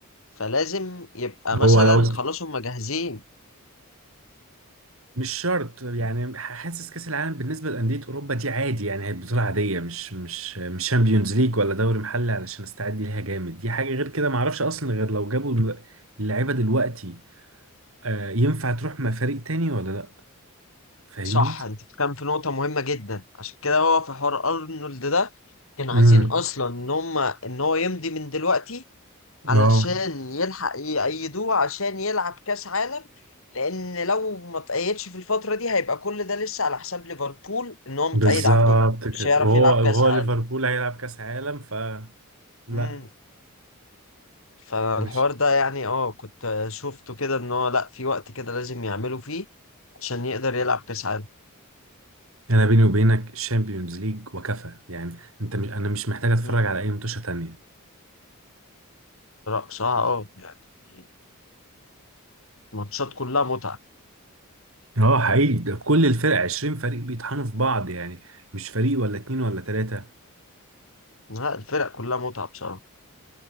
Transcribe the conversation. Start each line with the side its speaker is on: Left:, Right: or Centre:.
Left: فلازم يبقى مثلا
Right: هو لو
Left: خلاص هم جاهزين
Right: مش شرط يعني حاسس كاس العالم بالنسبه لانديه اوروبا دي عادي يعني هي بطوله عاديه مش مش مش شامبيونز ليج ولا دوري محلي علشان استعد ليها جامد دي حاجه غير كده ما اعرفش اصلا غير لو جابوا ال- اللعيبه دلوقتي آه، ينفع تروح مع فريق تاني ولا لا فاهمني
Left: صح انت كان في نقطة مهمة جدا عشان كده هو في حوار ارنولد ده كانوا
Right: امم
Left: عايزين اصلا ان هم ان هو يمضي من دلوقتي علشان
Right: اه
Left: يلحق يأيدوه عشان يلعب كاس عالم لان لو ما تأيدش في الفترة دي هيبقى كل ده لسه على حساب ليفربول ان هو متأيد
Right: بالظبط
Left: عندهم
Right: كده
Left: مش هيعرف
Right: وهو
Left: يلعب كاس
Right: وهو
Left: عالم
Right: ليفربول هيلعب كاس عالم ف لا
Left: امم فالحوار
Right: مش
Left: ده يعني اه كنت شفته كده ان هو لا في وقت كده لازم يعملوا فيه عشان يقدر يلعب كاس عالم
Right: انا بيني وبينك الشامبيونز ليج وكفى يعني انت مش انا مش محتاج اتفرج
Left: امم
Right: على اي متوشه تانية
Left: بصراحة اه يعني ماتشات كلها متعة
Right: اه حقيقي ده كل الفرق 20 فريق بيطحنوا في بعض يعني مش فريق ولا اتنين ولا تلاتة
Left: لا الفرق كلها متعة بصراحة